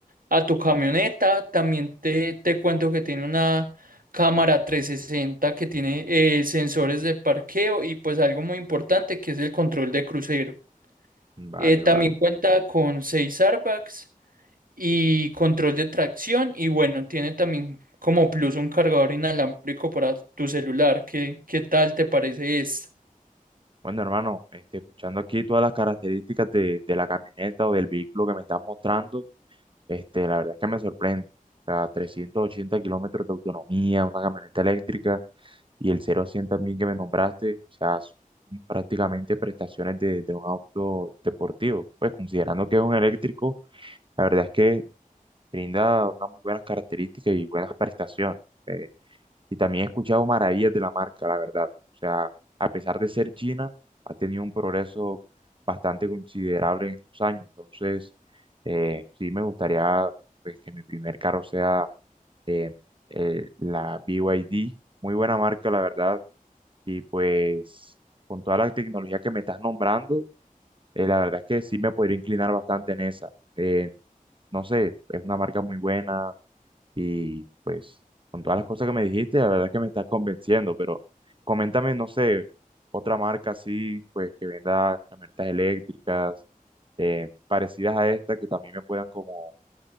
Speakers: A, on the right; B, on the right.
A: a tu camioneta. También te, te cuento que tiene una cámara 360 que tiene eh, sensores de parqueo y pues algo muy importante que es el control de crucero.
B: Vale,
A: Eh, también
B: vale.
A: cuenta con seis airbags y control de tracción y bueno, tiene también como plus un cargador inalámbrico para tu celular. ¿Qué, qué tal te parece este?
B: Bueno, hermano, este, escuchando aquí todas las características de, de la camioneta o del vehículo que me estás mostrando, este, la verdad es que me sorprende. O sea, 380 kilómetros de autonomía, una camioneta eléctrica y el cero a 100 también que me nombraste, o sea, son prácticamente prestaciones de, de un auto deportivo. Pues considerando que es un eléctrico, la verdad es que brinda unas muy buenas características y buenas prestaciones. eh, y también he escuchado maravillas de la marca, la verdad. O sea, a pesar de ser China, ha tenido un progreso bastante considerable en estos años. Entonces, eh, sí me gustaría pues, que mi primer carro sea eh, eh, la BYD. Muy buena marca, la verdad. Y pues con toda la tecnología que me estás nombrando, eh, la verdad es que sí me podría inclinar bastante en esa. Eh, no sé, es una marca muy buena, y pues con todas las cosas que me dijiste, la verdad es que me estás convenciendo, pero coméntame, no sé, otra marca así, pues que venda camionetas eléctricas, eh, parecidas a esta, que también me puedan como,